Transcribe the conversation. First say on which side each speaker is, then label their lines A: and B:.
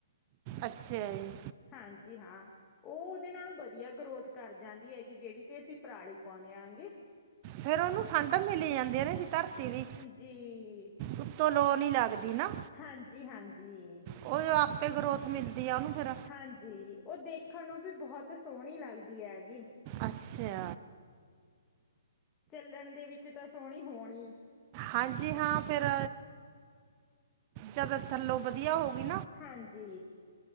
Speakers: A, on the right (about 30°); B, on the left (about 15°).
A: ਅੱਛਾ ਜੀ।
B: ਹਾਂਜੀ ਹਾਂ, ਉਹ ਦੇ ਨਾਲੋਂ ਵਧੀਆ ਗਰੋਥ ਕਰ ਜਾਂਦੀ ਹੈਗੀ, ਜਿਹੜੀ ਤੇ ਅਸੀਂ ਪਰਾਲੀ ਪਾਉਂਦੇ ਆਗੇ।
A: ਫੇਰ ਉਹਨੂੰ ਠੰਡ ਮਿਲੀ ਜਾਂਦੀ ਆਂ ਨੇ ਧਰਤੀ ਦੀ
B: ਜੀ।
A: ਉੱਤੋਂ ਲੋ ਨੀ ਲੱਗਦੀ ਨਾ।
B: ਹਾਂਜੀ, ਹਾਂਜੀ।
A: ਉਹ ਆਪੇ ਗਰੋਥ ਮਿਲਦੀ ਆ ਉਹਨੂੰ ਫੇਰ
B: ਹਾਂਜੀ ਉਹ ਦੇਖਣ ਨੂੰ ਵੀ ਬਹੁਤ ਸੋਹਣੀ ਲੱਗਦੀ ਹੈਗੀ।
A: ਅੱਛਾ।
B: ਚੱਲਣ ਦੇ ਵਿੱਚ ਤਾਂ ਸੋਹਣੀ ਹੋਣੀ।
A: ਹਾਂਜੀ ਹਾਂ ਫਿਰ ਜਦ ਥੱਲੋਂ ਵਧੀਆ ਹੋ ਗਈ।
B: ਹਾਂਜੀ।